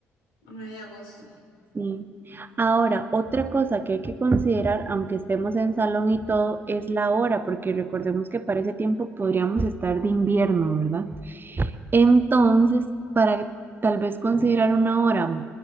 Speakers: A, on the left; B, on the right.
A: 9 de agosto.
B: Sí. Ahora, otra cosa que hay que considerar, aunque estemos en salón y todo, es la hora, porque recordemos que para ese tiempo podríamos estar de invierno, ¿verdad? Entonces, para tal vez considerar una hora,